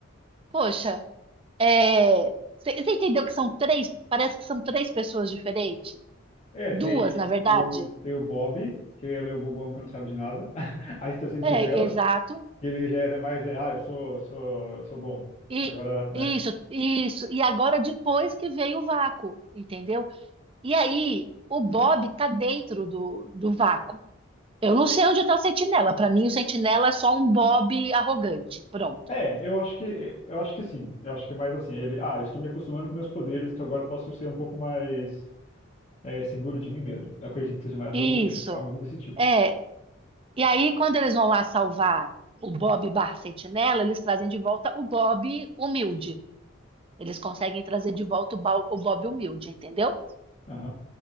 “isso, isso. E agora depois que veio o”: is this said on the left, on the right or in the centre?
Right